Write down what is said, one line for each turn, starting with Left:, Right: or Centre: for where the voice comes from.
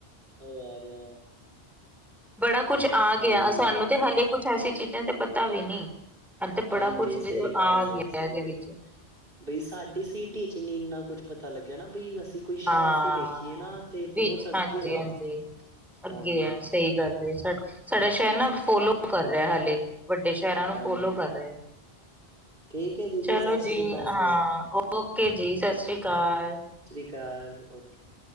Right: ਉਹ ਆ ਰਿਹਾ ਵਾ
Centre: ਬੜਾ ਕੁਛ ਆ
Right: ਹਾਂਜੀ।
Centre: ਗਿਆ, ਸਾਨੂੰ ਤੇ ਹਾਲੇੇ ਕੁਛ ਐਸੀ ਚੀਜ਼ਾਂ ਤੇ ਪਤਾ ਵੀ ਨਹੀਂ। ਹਾਲੇ ਤੇ
Right: ਹਾਂਜੀ,
Centre: ਬੜਾ ਕੁਛ
Right: ਸਹੀ
Centre: ਆ
Right: ਗੱਲ ਏ,
Centre: ਗਿਆ
Right: ਸਹੀ
Centre: ਇਹਦੇ
Right: ਗੱਲ
Centre: ਵਿੱਚ
Right: ਬਈ ਸਾਡਡੀ ਸਿਟੀ ਚ ਨੀ ਇੰਨਾ ਕੁੱਛ ਪਤਾ ਲੱਗਿਆ, ਨਾ ਬਈ ਅਸੀਂ ਕੋਈ
Centre: ਹਾਂ।
Right: ਸ਼ਹਿਰ ਤੇ ਵੇਖੀਏ ਨਾ, ਤੇ
Centre: ਵਿੱਚ
Right: ਬਹੁਤ ਅੱਗੇ
Centre: ਹਾਂਜੀ
Right: ਆ
Centre: ਹਾਂਜੀ
Right: ਉਹ
Centre: ਅੱਗੇ
Right: ਹਾਂਜੀ।
Centre: ਹੈ ਸਹੀ ਗੱਲ ਏ, ਸਾਡਾ ਸ਼ਹਿਰ ਨਾ ਫੋਲੋ
Right: ਸਹੀ
Centre: ਕਰ ਰਿਹਾ
Right: ਗੱਲ
Centre: ਹਾਲੇ, ਵੱਡੇ ਸ਼ਹਿਰਾਂ ਨੂੰ
Right: ਹਾਂਜੀ
Centre: ਫੋਲੋ ਕਰ ਰਿਹਾ।
Right: ਠੀਕ ਹੈ ਦੀਦੀ
Centre: ਚਲੋ
Right: ਸਤਿ
Centre: ਜੀ,
Right: ਸ੍ਰੀ ਅਕਾਲ
Centre: ਹਾਂ
Right: ਫਿਰ
Centre: ਓਕੇ ਜੀ, ਸਤਿ ਸ੍ਰੀ ਅਕਾਲ।
Right: ਚੱਲ ਔ ਕੇ।